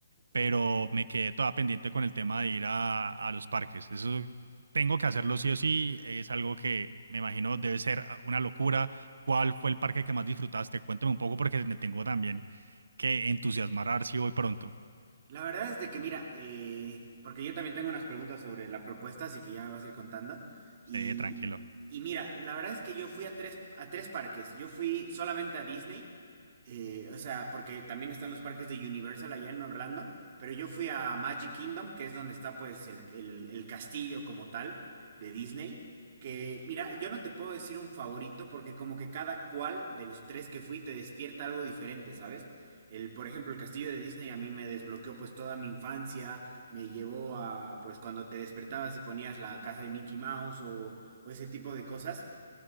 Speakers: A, on the right; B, on the right.
A: Ok.
B: pero me quedé toda pendiente con el tema de ir a, a los parques. Eso tengo que hacerlo sí o sí, es algo que me imagino debe ser ah, una locura. ¿Cuál fue el parque que más disfrutaste? Cuéntame un poco porque me tengo también que entusiasmar a ver si voy pronto.
A: La verdad es de que, mira, eh, porque yo también tengo unas preguntas sobre la propuesta, así que ya me vas a ir contando. Y,
B: Sí, tranquilo.
A: y mira, la verdad es que yo fui a tres, a tres parques. Yo fui solamente a Disney, eh, o sea, porque también están los parques de Universal allá en Orlando, pero yo fui a Magic Kingdom, que es donde está pues el, el, el castillo como tal de Disney. Que, mira, yo no te puedo decir un favorito porque como que cada cual de los tres que fui te despierta algo diferente, ¿sabes? El, por ejemplo, el castillo de Disney a mí me desbloqueó pues toda mi infancia, me llevó a pues cuando te despertabas y ponías la casa de Mickey Mouse o, o ese tipo de cosas